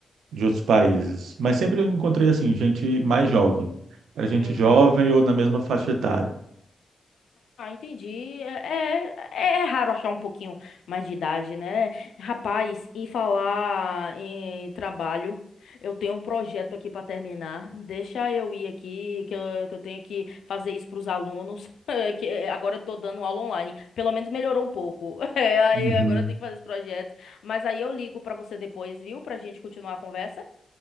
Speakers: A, on the right (about 85°); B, on the left (about 75°).
A: de outros países. Mas sempre eu encontrei assim, gente mais jovem. Era gente
B: Hum.
A: jovem ou na mesma faixa etária.
B: Ah, entendi. É, é, é raro achar um pouquinho mais de idade, né? Rapaz, em falar em trabalho, eu tenho um projeto aqui para terminar. Deixa eu ir aqui, que eu, que eu tenho que fazer isso para os alunos. <laughs> eh, Que eh, agora eu tô dando aula online. Pelo menos melhorou um pouco. <laughs> É, aí
A: Uhum.
B: agora eu tenho que fazer esse projeto. Mas aí eu ligo para você depois, viu? Pra gente continuar a conversa.